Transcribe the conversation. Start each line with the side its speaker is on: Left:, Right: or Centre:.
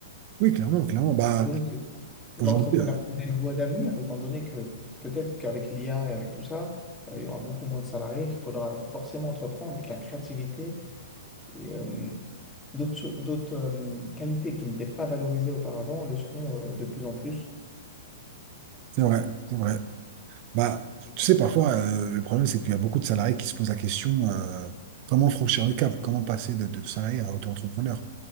Right: Oui, clairement, clairement. Bah,
Centre: Et donc, l'entrepreneuriat
Right: aujourd'hui, euh,
Centre: est une voie d'avenir, étant donné que peut-être qu'avec l'IA et avec tout ça, euh, il y aura beaucoup moins de salariés, qu'il faudra forcément entreprendre avec la créativité et euh, d'autres cho- d'autres, euh, qualités qui n'étaient pas valorisées auparavant le seront euh, de plus en plus.
Right: c'est vrai, c'est vrai. Bah, tu sais, parfois, euh, le problème, c'est qu'il y a beaucoup de salariés qui se posent la question, euh, comment franchir le cap, comment passer de, de, de salarié à auto-entrepreneur.